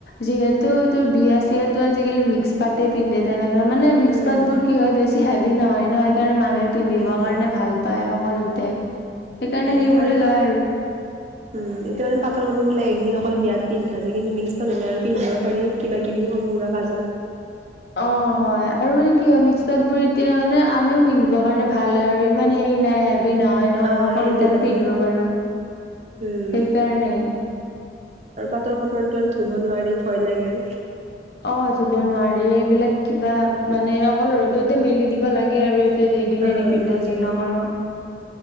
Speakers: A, on the left (about 65°); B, on the right (about 40°).
A: যিহেতু তোৰ বিয়া চিয়াতটো আজিকালি মিক্স পাতে পিন্ধে তেনেকাে। মানে মিক্স
B: উম,
A: পাত বোৰ কি হয় বেছি হেভি নহয় ন, সেইণে মানুহে পিন্ধিবৰ
B: সেইটোৱে।
A: কাৰণে ভাল। পায় সকলোতে। সেইকাৰণে
B: উম
A: সেইবোৰে
B: আৰু এতিয়া।
A: লয়
B: উম, এতিয়া মানে পাটৰ কাপোৰ বিলাক একদিন অকল বিয়াত পিন্ধা য কিন্তু মিক্স পা নলে আৰু পিন্ধিব পাৰি। কিবাকিবি সৰু সুৰা কাজত।
A: অ' হয় আৰু মানে কি হয় মিক্স পাত বোৰ এতিয়া মানে আমিও পিন্ধিবৰ কাৰণে ভাল হয় আৰু ইমান হেৰি নাই। নহয় ন,
B: অ'
A: সকলোতে
B: হেভি
A: আমি
B: নহয়।
A: পিন্ধিব পাৰো
B: উম
A: সেইকাৰণেই।
B: আৰু পাটৰ কাপোৰো আৰু টো ধুব নোৱাৰি ভয় লাগে।
A: অ' ধুব নোৱাৰি এইবিলাক কিবা মানে অকল ৰ'দতে মেলি দিব লাগে আৰু। এদিনে
B: অ'
A: নিপিন্ধ
B: সেইটোয়ে।
A: যি নকৰ